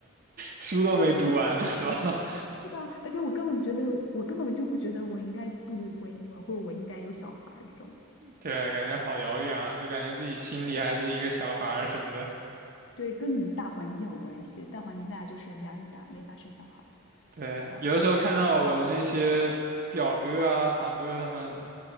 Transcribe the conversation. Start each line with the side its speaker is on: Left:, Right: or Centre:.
Right: 书都没读完呢，
Left: <laughs>
Right: <laughs> 是吧？
Left: 是的，而且我根本觉得，我根本就不觉得我应该步入婚姻了，或者我应该有小孩儿这种。
Right: <laughs> 对，感觉好遥远啊，就感觉自己心里还是一个小孩儿什么的。
Left: 是对，跟你的大环境有关系，大环境大家就是压力大，没法生小孩
Right: 对，
Left: 儿。啊，
Right: 有的时候看到我的那些表哥啊、堂哥他们。